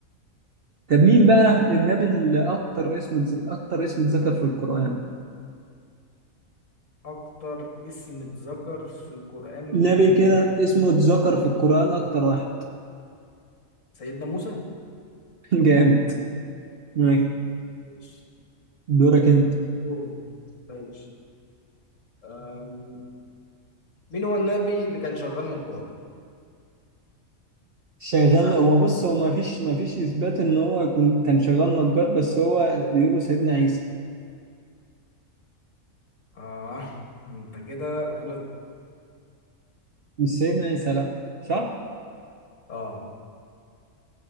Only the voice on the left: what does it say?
اكتر اسم اتذكر في القرآن من
الانبياء
سيدنا موسى
ماشي
دوري ماشي أم... مين هو النبي اللي كان شغال نجار
سهلة
اه <laughs> انت كده غلط
اه